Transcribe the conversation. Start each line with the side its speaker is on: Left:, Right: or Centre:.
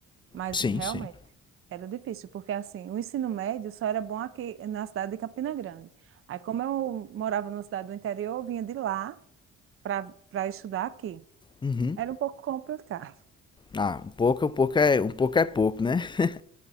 Right: mas
Left: Sim,
Right: realmente
Left: sim.
Right: era difícil, porque assim, o ensino médio só era bom aqui na cidade de Campina Grande. Aí, como eu morava numa cidade do interior, eu vinha de lá para para estudar aqui.
Left: Uhum.
Right: Era um pouco complicado.
Left: Ah, um pouco, um pouco é um pouco é pouco, né? <laughs>